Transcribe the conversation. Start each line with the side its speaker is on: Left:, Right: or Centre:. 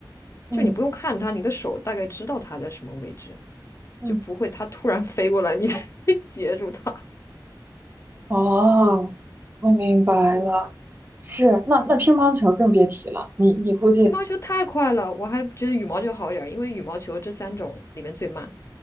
Right: 嗯
Left: 就你不用看它，你的手大概知道它在什么位置，
Right: 嗯，
Left: 就不会它突然 <laughs> 飞过来，你 <laughs> 截住它。
Right: 哦，我明白了。
Left: 嗯，
Right: 是，那那乒乓球更别提了，你你估计，
Left: 乒乓球太快了，我还觉得羽毛球好一点儿，因为羽毛球这三种里面最慢。